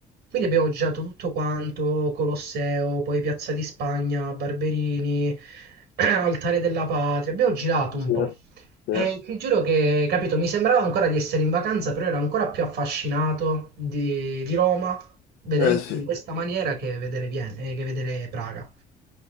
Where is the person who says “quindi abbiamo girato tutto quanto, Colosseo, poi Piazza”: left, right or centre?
Right